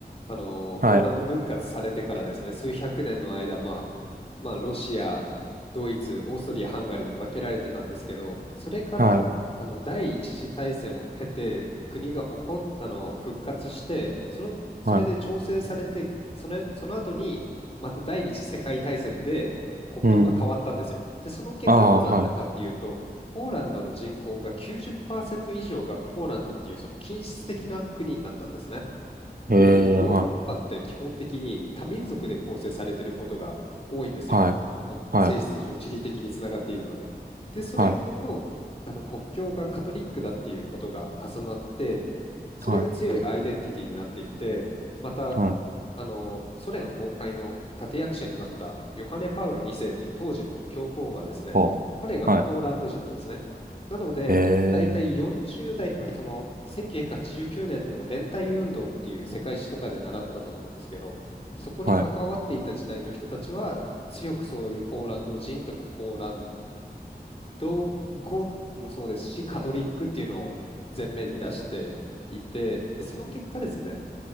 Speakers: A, on the left; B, on the right.
A: あのポーランド分割されてからですね数百年の間、
B: はい、
A: まあ、まあロシアドイツオーストリアハンガリーに分けられてたんですけどそれからあの第一次大戦を経て国が起こっあの復活してそのそれで調整されてその、
B: はい、はい。
A: その後にまた第二次世界大戦で国境が変わったんですよ。
B: うん。
A: でその結果どうなったかっていうとポーランドの人口が90%
B: ああ、は
A: 以上がポーランドっていうその均質的な国になったんですね。
B: い。ええ、
A: で、ヨーロッパって基本的に多民族で構成されていることが多いんですよ。
B: はい。はい。
A: その性質上、
B: はい。
A: 地理的につながっているので。で、それとあの国境がカトリックだっていうことが重なって、
B: はい。
A: それが強いアイデンティティになっていて、
B: は
A: また
B: い。はい。
A: あのソ連崩壊の立役者になったヨハネ・パウロ2世っていう当時の教皇がですね、
B: ほう。
A: 彼がポーランド人なんですね。
B: は
A: なので、
B: い。ええ、
A: 大体40代か、その1989年の連帯運動っていう世界史とかで習ったと思うんですけど、そこに関わっていた時代の人たちは、
B: はい。
A: 強くそういうポーランド人とかポーランド語もそうですし、カトリックっていうのを前面に出していて、で、その結果ですね、